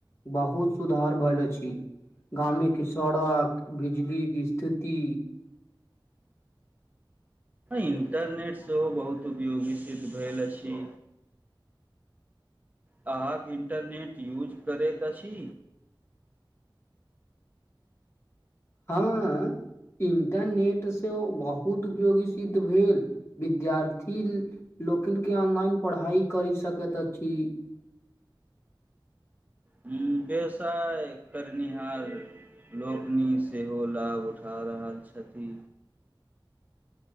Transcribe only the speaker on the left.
बहुत सुधार भेल अछि गामे के सड़क बिजली कि स्थिति
हँ इंटरनेट से बहुत उपयोगी सिद्ध भेल विद्यार्थी लोकनि के ऑनलाइन पढ़ाइ करि सकैत अछि <inaudible>